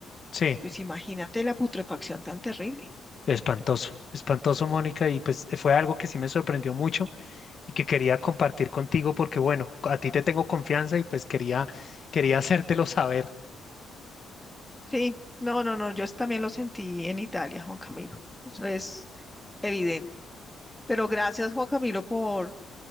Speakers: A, on the left; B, in the centre.
A: Sí,
B: Pues imagínate la putrefacción tan terrible.
A: espantoso, espantoso, Mónica, y pues eh, fue algo que sí me sorprendió mucho y que quería compartir contigo porque, bueno, a ti te tengo confianza y pues quería, quería hacértelo saber.
B: Sí, no, no, no, yo eso también lo sentí en Italia, Juan Camilo. Eso es evidente. Pero gracias, Juan Camilo, por,